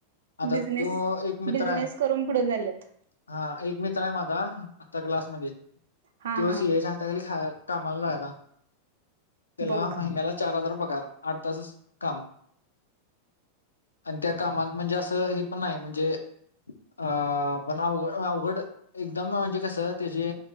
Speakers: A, on the left; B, on the right.
A: आता
B: बिझनेस
A: तो एक मित्र
B: बिझनेस
A: आहे
B: करून पुढे झालेत
A: हा एक मित्र माझा आता क्लास म ते
B: हा हा
A: सीच्या हातााली ख कामाला जायता त्याला
B: बघ
A: महिन्याला चार हजार पगार. आठ तासच काम. आणि त्या कामात म्हणजे असं हे पण आहे म्हणजे अ पण अ अवघड एकदम म्हणजे कस त्याजी